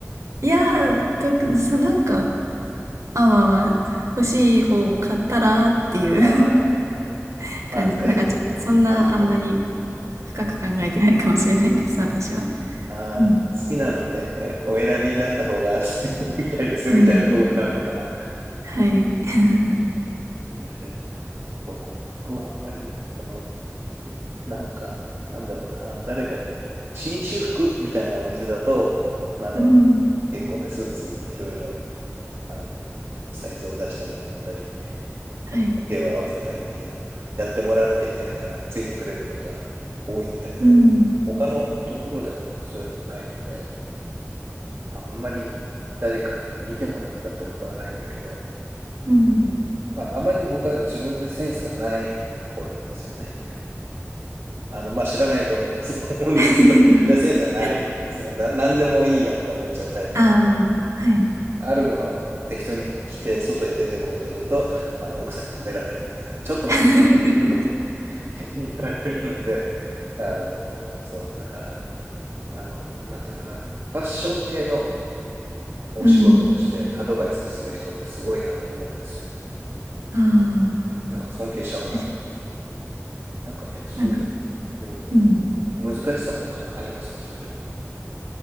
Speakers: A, on the right (about 80°); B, on the right (about 55°).
A: いやー、特に、そう、なんか、まあ、まあまあ、欲しい方を買ったらっていう
B: <laughs> ああ、なるほどね。
A: <laughs>
B: まあ、
A: 感じ。
B: 最
A: なんかちょっと、そんなあんまり
B: あ、そう
A: 深く考えてないかもしれないです、私は。
B: あー、
A: うん。
B: 好きなのはね、お選びになった方が <laughs> みたいですよ、
A: うん。
B: みたいなところになるのかな。
A: はい。
B: う
A: <laughs>
B: んね僕はあんまり、その、なんか、なんだろうな、誰かに、紳士服みたいなお店だと、あの、
A: うん。
B: 結構ね、スーツ、いろいろ、あの、サイズを出してもらったり、
A: はい。
B: あの、丈を合わせたりっていうのをやってもらわなきゃいけないから、ついてくれることは多いんだけど、
A: うん。
B: 他のところではそういうのないので、あんまり誰かに見てもらったってことはないんだけど、
A: うん。
B: まあ、あまり僕は自分でセンスがない方なんですよね。あの、まあ、知らないと思うんです <laughs> 思うんですけど、
A: <laughs>
B: いやセンスがないんですよ。な、何でもいいやって思っちゃうタイプな。
A: ああ、はい。
B: あるものを適当に着て、外へ出て行こうとすると、あの、奥さんに止められるみたいな。ちょっと待って、
A: <laughs>
B: こういうことみたいに言われるので、あの、そう、だから、あの、なんていうかな。ファッション系のお仕事をしてアドバイスする人ってすごいなと思うんですよ。
A: うん。
B: う
A: ああ、
B: んなんか尊敬しちゃうなと。
A: 確かに。
B: なんかね、そういう、
A: なんか、
B: うん、
A: うん。
B: 難しさとかありますかそういうとこ